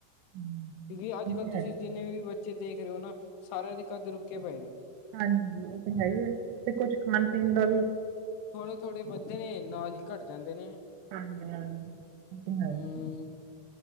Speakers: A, on the right (about 85°); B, on the left (about 75°).
A: ਹੂੰ,
B: ਵੀ ਅੱਜ-ਕੱਲ੍ਹ
A: ਇਹ ਤੇ
B: ਤੁਸੀਂ
A: ਹੈਗਾ
B: ਜਿੰਨੇ
A: ਹੈ।
B: ਵੀ ਬੱਚੋ ਦੇਖ ਰਹੇ ਹੋ ਨਾ ਸਾਰਿਆਂ ਦੇ ਕੱਦ ਰੁਕੇ ਪਏ ਨੇ।
A: ਹਾਂਜੀ ਉਹ ਤਾਂ ਹੈ ਹੀ ਹੈ ਤੇ ਕੁਛ ਖਾਣ-ਪੀਣ ਦਾ ਵੀ
B: ਥੋੜੇ-ਥੋੜੇ ਵੱਧਦੇ ਨੇ ਨਾਲ ਹੀ ਘੱਟ ਜਾਂਦੇ ਨੇ।
A: ਹਾਂਜੀ-ਹਾਂਜੀ ਉਤੇ ਹੈਈ
B: ਹੂੰ,
A: ਏ।